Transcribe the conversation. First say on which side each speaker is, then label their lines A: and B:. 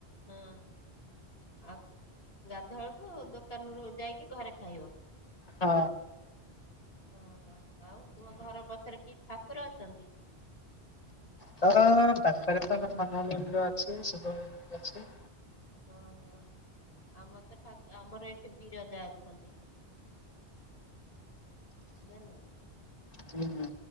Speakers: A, on the left (about 65°); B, on the left (about 35°).
A: ହଁ ଆଉ ଗାଧୁଆଳକୁ ଦୋକାନରୁୁ ଯାଇକି ଘରେ ଖାଇବ।
B: ହଁ।
A: ଓହୋ ଆଉ ତୁମ ଘର ପଛରେ କି ଠାକୁର ଅଛନ୍ତି?
B: ହଁ <unintelligible> ଆମ ପାଖରେ ତ ଆମର ହନୁମାନ ମନ୍ଦିର ଅଛି ଶୁିବ ମନ୍ଦିର ବି ଅଛି।
A: ହଁ ହଁ ଆମ ତ ଠାକୁ ଆମର ଏଠି ବିରଜା ଅଛନ୍ତି ଜାଣଲନା।
B: ହୁଁ ହୁଁ।